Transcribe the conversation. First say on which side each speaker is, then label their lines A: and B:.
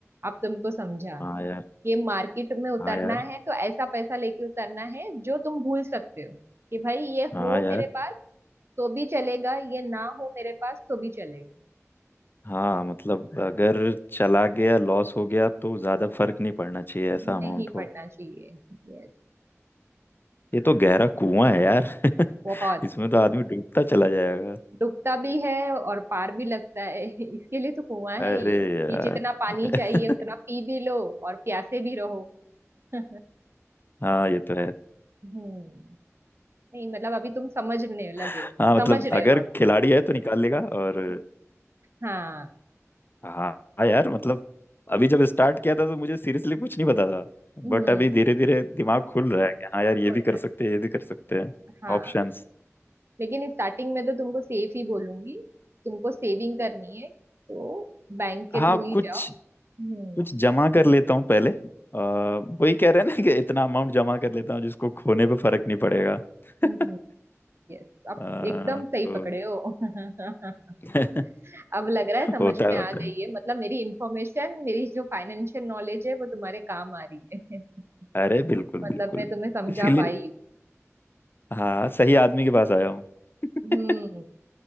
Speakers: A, on the right (about 50°); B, on the left (about 40°).
A: अब तुमको समझा
B: हाँ यार
A: कि मार्केट में उतरना
B: हाँ यार
A: है तो ऐसा पैसा लेके उतरना है जो तुम भूल सकते हो कि भाई ये
B: हाँ
A: हो
B: यार
A: मेरे पास तो भी चलेगा ये ना हो मेरे पास तो भी चलेगा
B: हाँ मतलब अगर चला गया लॉस हो गया तो ज्यादा फर्क नहीं पड़ना चाहिए ऐसा अमाउंट
A: नहीं
B: हो
A: पड़ना चाहिए यस
B: ये तो गहरा कुआं है यार <laughs>
A: बहुत
B: इसमें तो आदमी डूबता चला जाएगा
A: डूबता भी है और पार भी लगता है <laughs> इसके लिए तो कुआं
B: अरे
A: है ये
B: यार
A: कि जितना पानी
B: <laughs>
A: चाहिए उतना पी भी लो और प्यासे भी रहो <laughs>
B: हाँ ये तो है
A: हम्म नहीं मतलब अभी तुम समझने लगे
B: हाँ
A: हो
B: मतलब
A: समझ रहे
B: अगर
A: हो अभी
B: खिलाड़ी है तो निकाल लेगा और
A: हाँ
B: हाँ हाँ यार मतलब अभी जब स्टार्ट किया था तो मुझे सीरियसली कुछ नहीं पता था
A: हम्म
B: बट अभी धीरे धीरे दिमाग खुल रहा है कि हाँ यार ये
A: खुल
B: भी कर
A: रहा
B: सकते हैं ये भी कर सकते हैं
A: है हाँ
B: ऑप्शंस
A: लेकिन स्टार्टिंग में तो तुमको सेफ ही बोलूंगी तुमको सेविंग करनी है तो बैंक के
B: हाँ
A: थ्रू ही
B: कुछ
A: जाओ हम्म
B: कुछ जमा कर लेता हूँ पहले अ, वही कह रहे हैं ना कि इतना अमाउंट जमा कर लेता हूँ जिसको खोने पे फर्क नहीं पड़ेगा <laughs>
A: हम्म यस अब
B: अ,
A: एकदम सही
B: तो
A: पकड़े हो <laughs>
B: <laughs>
A: अब लग रहा है समझ
B: होता
A: में
B: है
A: आ
B: होता
A: गई
B: है
A: है मतलब मेरी इंफॉर्मेशन मेरी जो फाइनेंशियल नॉलेज है वो तुम्हारे काम आ रही है <laughs>
B: अरे बिल्कुल
A: मतलब
B: बिल्कुल
A: मैं तुम्हें समझा
B: इसीलिए
A: पाई
B: हाँ सही आदमी के पास आया हूँ
A: हूँ।
B: <laughs>
A: हम्म